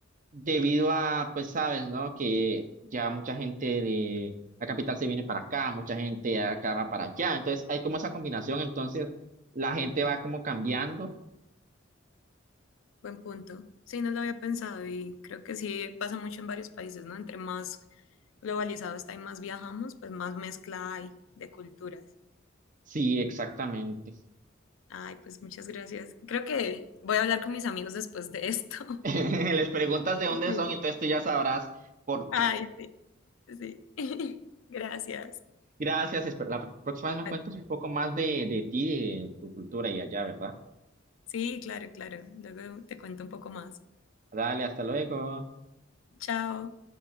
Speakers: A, on the right; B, on the left.
A: debido a, pues sabes, ¿no? Que ya mucha gente de la capital se viene para acá, mucha gente de acá va para allá, entonces hay como esa combinación, entonces la gente va como cambiando.
B: Buen punto. Sí, no lo había pensado y creo que sí pasa mucho en varios países, ¿no? Entre más globalizado está y más viajamos, pues más mezcla hay de culturas.
A: Sí, exactamente.
B: Ay, pues muchas gracias. Creo que voy a hablar con mis amigos después de esto.
A: <laughs> Les preguntas de dónde
B: Sí.
A: son, entonces tú ya sabrás por
B: Ay,
A: qué.
B: sí, sí. <laughs> Gracias.
A: Gracias, esper- la próxima vez me
B: Vale.
A: cuentas un poco más de, de ti, de tu cultura y allá, ¿verdad?
B: Sí, claro, claro. Luego te cuento un poco más.
A: Dale, hasta luego.
B: Chao.